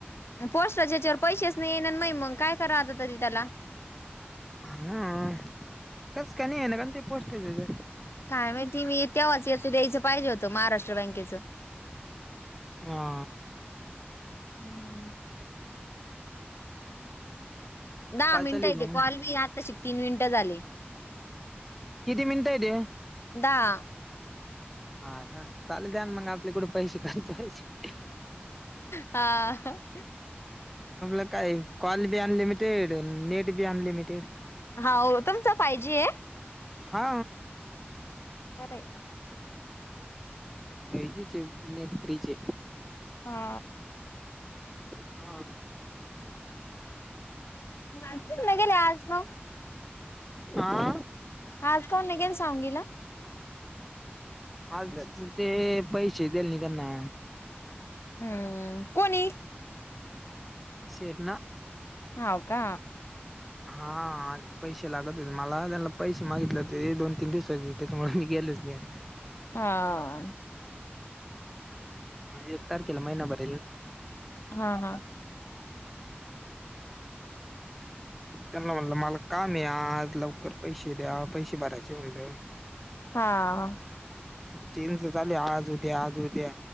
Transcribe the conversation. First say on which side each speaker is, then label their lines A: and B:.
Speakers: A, on the left; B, in the centre.
A: पोस्टाच्या ह्याच्यावर पैसेच नाही येणार मा मग काय करा आता तरी त्याला
B: हा कस का नाही आहे ना का ते पोस्ट आहे त्याच्यात
A: काय माहिती मी त्या वाच याच <unintelligible> द्यायचं पाहिजे होत महाराष्ट्र बँकेच
B: हा
A: हम्म दहा
B: काय चालू
A: मिनिटं हाय
B: आहे मग?
A: कॉल बी आताचि तीन मिनिटं झाले
B: किती मिनिटं आहे ते
A: दहा
B: हा का चालेल त्यांन मग आपलं कुठे पैसे खर्च व्हायचे
A: हा
B: आपलं काय कॉल बी अनलिमिटेड नेट बी अनलिमिटेड
A: हा होय तुमच फायजी हाय
B: हा
A: <unintelligible>
B: फायजीचे नेट फ्रीच हे
A: हा
B: हा
A: गेले आज मग
B: आ
A: आज का निघेल सांगलीला
B: आज ते पैसे दिलं नाही त्यांना
A: हम्म कोणी
B: शेठ ना
A: हाव का
B: हा आज पैसे लागत होते मला त्यांना पैसे मागितले होते दोन तीन दिवस त्याच्यामुळे मी गेलच नाही
A: हा
B: एक तारखेला महिनाभर
A: हा हा
B: त्यांना म्हणलं मला काम या आज लवकर पैसे द्या पैसे भरायचे म्हणलं
A: हा
B: देना तर झालयं आज उद्या आज उद्या